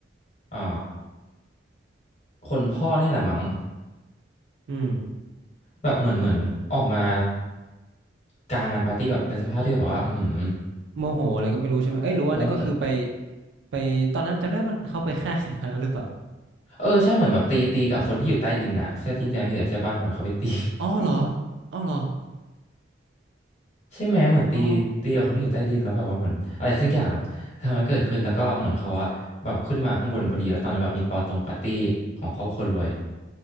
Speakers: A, on the left (about 35°); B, on the right (about 70°).
A: อ่าคนพ่อเนี่ยแหละมั้ง
B: อืม
A: แบบเหมือนเหมือนออกมากลางงานปาร์ตี้แบบในสภาพที่แบบว่าอืม
B: โมโหอะไรก็ไม่รู้ใช่ไหมเอ้ยหรือว่านั่นก็คือไป
A: โมโห
B: ไปตอนนั้นจำได้มันเขาไปฆ่าใครมาแล้วหรือเปล่า
A: เออใช่เหมือนแบบตีตีกับคนที่อยู่ใต้ดินน่ะใช่ที่พี่จำไม่ผิดอะใช่ปะเหมือนเขาไปตี <laughs>
B: อ๋อเหรออ๋อเหรอ
A: ใช่ไหมเหมือนตีตีกับคนที่อยู่ใต้ดินแล้วแบบว่าเหมือนอะไรสักอย่าง
B: อ๋อ
A: ทำให้เกิดขึ้นแล้วก็เหมือนเขาอะแบบขึ้นมาข้างบนพอดีแล้วตอนนั้นแบบมีปาตรงปาร์ตี้ของครอบครัวคนรวย